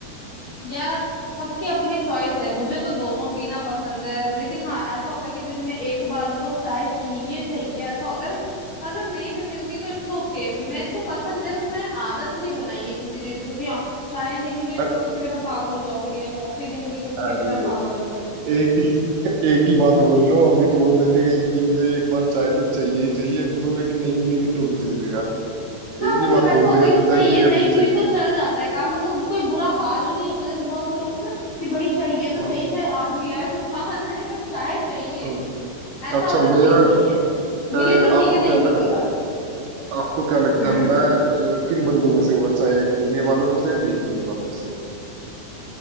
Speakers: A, on the left; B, on the right.
A: यार सबकी अपनी चॉइस है मुझे तो दोनों पीना पसंद है लेकिन हाँ ऐसा होता है कि दिन में एक बार तो चाय चाहिए चाहिए ऐसा होता है बट अगर नहीं भी मिलती तो इट्स ओके okay. मेरे को पसंद है बट मैंने आदत नहीं बनाई है किसी चीज को कि हाँ चाय नहीं मिली तो
B: अ-
A: मैं उसके बिना पागल हो जाऊंगी या कॉफी नहीं मिली तो उसके
B: अरे
A: बिना पागल हो जाऊंगी
B: एक ही <laughs> एक ही बात बोल लो अभी तो बोल रहे थे कि एक दिन में एक बार चाय तो चाहिए ही चाहिए अभी बोल रहे कि नहीं मिलेगी तो भी चल जाएगा
A: हाँ
B: एक ही
A: मतलब
B: बात
A: ऐसा
B: बोल
A: होता
B: रहे हैं
A: है कि
B: तो
A: चाहिए
B: चाहिए या
A: नहीं
B: नहीं
A: मिली
B: चाहिए
A: तो चल जाता है काम मतलब कोई बुरा हाल नहीं होता जैसे बहुत से लोग होते हैं ना कि भाई चाहिए तो
B: हम्म
A: चाहिए चाहे आंधी आए तूफान आए बट चाहे चाहिए
B: हम्म।
A: ऐसा
B: अच्छा
A: वाला सीन
B: मेरा
A: नहीं है मिली
B: अ,
A: तो ठीक
B: आपको
A: है नहीं
B: क्या
A: मिली
B: लग,
A: कोई बात नहीं
B: आपको क्या लगता
A: हम्म
B: है मैं अ, किन बंदों में से होगा चाय पीने वालों में से या नहीं पीने वालों में से